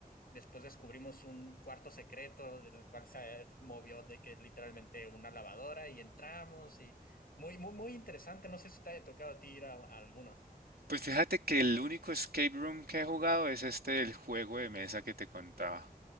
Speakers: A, on the left; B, on the right.
A: después descubrimos un cuarto secreto del cual se movió de que literalmente una lavadora y entramos y muy, muy, muy interesante. No sé si te haya tocado a ti ir a, a alguno.
B: Pues fíjate que el único escape room que he jugado es este, el juego de mesa que te contaba.